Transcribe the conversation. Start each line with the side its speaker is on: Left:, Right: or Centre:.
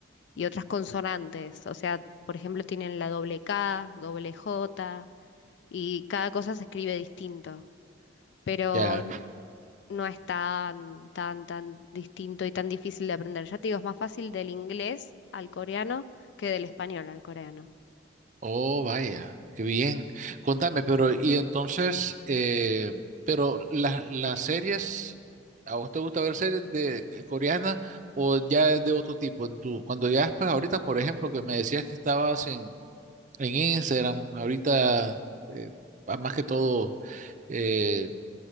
Left: y otras consonantes. O sea, por ejemplo, tienen la doble K, doble J y cada cosa se escribe distinto. Pero
Right: Ya.
Left: no es tan, tan, tan distinto y tan difícil de aprender. Ya te digo, es más fácil del inglés al coreano que del español al coreano.
Right: Oh, vaya, qué bien. Contame, pero y entonces, eh, pero las las series, ¿a vos te gusta ver series de coreanas o ya es de otro tipo? En tu, cuando ya pues ahorita, por ejemplo, que me decías que estabas en, en Instagram, ahorita eh, más que todo eh,